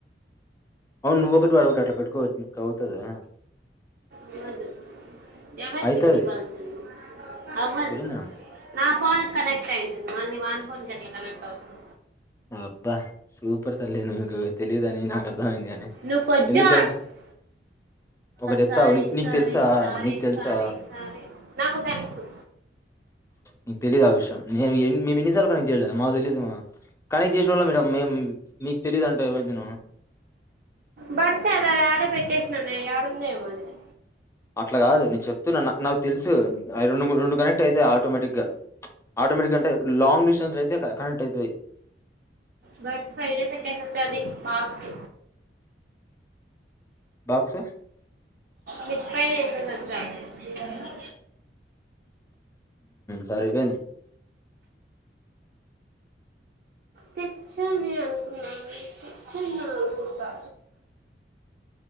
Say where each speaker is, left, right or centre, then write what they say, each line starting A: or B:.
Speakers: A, on the left; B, on the right.
A: అవును నువ్ ఒకటి వాడ ఒకటి అట్లా పెట్టుకో అవుతదా
B: అవ్వదు ఎవరికి
A: అయితది
B: ఇప్పుడ ఇవ్వాల్సింది అవ్వదు
A: సురేంద్రన్
B: నా పోన కనెక్ట్ అయింటుంది మల్లీ వాన్ ఫోన్ క ఎట్లా కనెక్ట్ అవుతుంది
A: అబ్బా సూప్ సూపర్ తల్లీ నీకు తెలియదని నా అయింది గాని
B: నువ్వు కొంచెం
A: ఎందుకంటే
B: అబ్బా
A: ఒకటి చెప్తా
B: సారీ
A: నీకు
B: సారీ
A: తెలుసా
B: సారీ
A: నీకు తెలుసా
B: సారీ సారీ నాకు తెలుసు
A: నీకు తెలీదు ఆ విషయం నేను మేం ఎన్నిసార్లు ఇళ మాదల్ మా కనెక్ట్ చేసిన వాళ్లం మేడం మేం మీకు తెలీయదు అం సవంది ను
B: బడ్స్ అద అది ఆడే పెట్టే నన్న ఎడుందే మాదిరి
A: అట్లా కాదు నేను చెప్తూ నాకు తెలుసు రెండు రెండు కనెక్ట్ ఇతయి ఆటోమేటిక్ గా ఆటోమేటిక్గా అంటే లాంగ్ డిస్టెన్స్ అయితే కనెక్ట్ అవుతంది
B: బర్డ్స్ పైడ సట్టేస్ వచ్చ అది మాక్స్
A: బాక్స
B: మిద్ది పైన వేసేసి వచ్చారు పిల్లొలు
A: సరిపోయింది
B: తెచ్చని అనుకున్నాను తెచ్చున్న అనుకుంటా